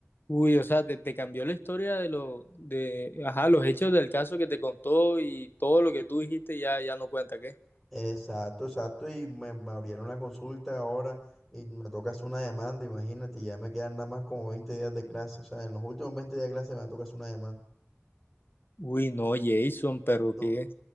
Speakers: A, on the left (about 50°); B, in the centre.
A: Uy, o sea, te, te cambió la historia de lo, de, ajá, los hechos del caso que te contó y todo lo que tú dijiste ya, ya no cuenta, ¿qué?
B: exacto, exacto, y me, me abrieron la consulta ahora y me toca hacer una demanda, imagínate, y ya me quedan nada más como 20 días de clase, o sea, en los últimos 20 días de clase me toca hacer una demanda.
A: Uy, no, Jason, pero
B: No,
A: qué,